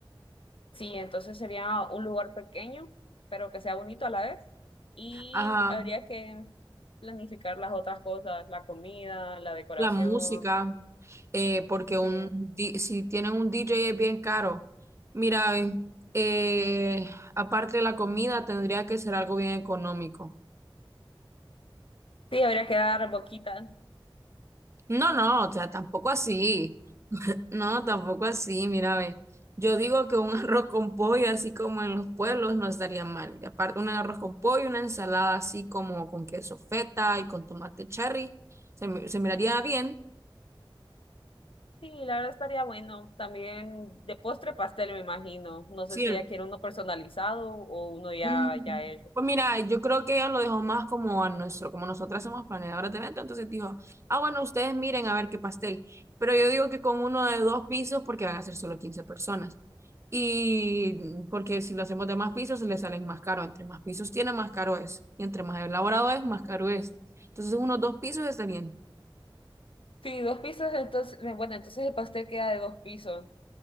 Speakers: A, on the left (about 80°); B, on the right (about 30°).
A: Sí, entonces sería un lugar pequeño, pero que sea bonito a la vez. Y
B: Ajá.
A: habría que planificar las otras cosas, la comida, la decoración.
B: la música, eh, porque
A: Sí,
B: un, di- si tienen un DJ es bien caro. Mira, eh, eh, aparte de la comida, tendría que ser algo bien económico.
A: sí, habría que dar boquita.
B: No, no, o sea, tampoco así. No, tampoco así, mira, ve. Yo digo que un <laughs> arroz con pollo, así como en los pueblos, no estaría mal. Y aparte, un arroz con pollo, una ensalada así como con queso feta y con tomate cherry, se, mi- se miraría bien.
A: Sí, la verdad estaría bueno. También de postre pastel, me imagino. No
B: Sí,
A: sé si ella quiere uno personalizado o uno ya,
B: Mm,
A: ya hecho.
B: Pues mira, yo creo que ella lo dejó más como a nuestro, como nosotras somos planeadoras de evento, entonces dijo, ah, bueno, ustedes miren a ver qué pastel. Pero yo digo que con uno de dos pisos, porque van a ser solo 15 personas. Y mm, porque si lo hacemos de más pisos, se le salen más caro. Entre más pisos tiene, más caro es. Y entre más elaborado es, más caro es. Entonces, unos dos pisos está bien.
A: Sí, dos pisos, entonces, bueno, entonces el pastel queda de dos pisos.